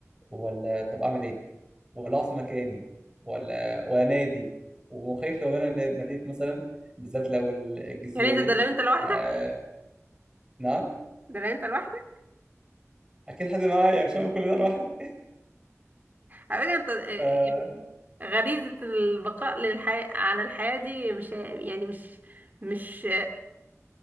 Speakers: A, on the right; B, on the right.
A: ولا طب اعمل ايه ولا اقف في مكاني ولا ولا نادي وخايف لو انا ناديت مثلا بالذات لو الجزيره
B: <laughs> يعني
A: دي
B: ده, ده لو انت لوحدك
A: آه... نعم
B: ده لو انت لوحدك
A: اكيد حد معايا مش هعمل كل ده لوحدي
B: على فكرة انت آه،
A: <laughs>
B: يعني
A: ف
B: غريزة البقاء للحياة على الحياة دي مش يعني مش مش